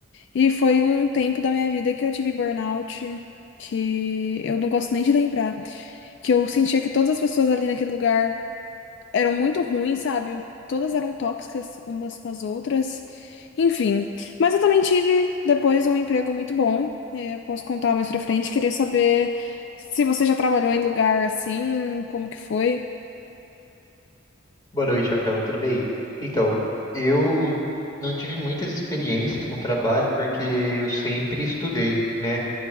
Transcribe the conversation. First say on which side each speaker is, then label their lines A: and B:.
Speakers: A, on the left (about 60°); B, on the left (about 20°).
A: E foi um tempo da minha vida que eu tive burnout, que eu não gosto nem de lembrar que eu sentia que todas as pessoas ali naquele lugar eram muito ruins, sabe? Todas eram tóxicas umas com as outras. Enfim. Mas eu também tive depois um emprego muito bom. É, posso contar mais pra frente. Queria saber se você já trabalhou em lugar assim, como que foi?
B: Boa noite, Rafaela, tudo bem? Então, eu não tive muitas experiências com trabalho porque eu sempre estudei, né?